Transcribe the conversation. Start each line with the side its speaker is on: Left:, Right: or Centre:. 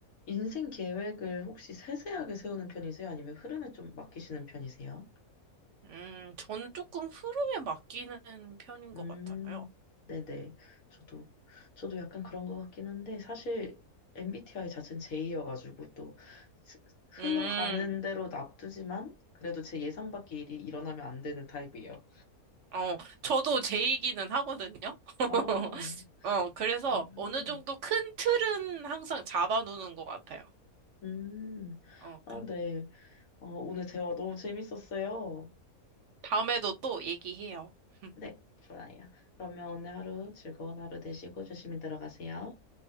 Left: 인생 계획을 혹시 세세하게 세우는 편이세요? 아니면 흐름에 좀 맡기시는 편이세요?
Right: 음, 저는 조금 흐름에 맡기는 편인
Left: 음,
Right: 것 같아요.
Left: 네네. 저도, 저도 약간 그런 것 같긴 한데, 사실 MBTI 자체는 J여가지고 또 스- 흘러가는
Right: 음,
Left: 대로 놔두지만, 그래도 제 예상 밖의 일이 일어나면 안 되는 타입이에요.
Right: 어, 저도 제이기는 하거든요. <laughs>
Left: 아,
Right: 어, 그래서
Left: 음,
Right: 어느 정도 큰 틀은 항상 잡아놓는 것 같아요.
Left: 음.
Right: 어,
Left: 아,
Right: 그,
Left: 네. 어, 오늘 대화 너무 재밌었어요.
Right: 다음에도 또 얘기해요. <laughs>
Left: 네, 좋아요. 그러면 오늘 하루 즐거운 하루 되시고 조심히 들어가세요.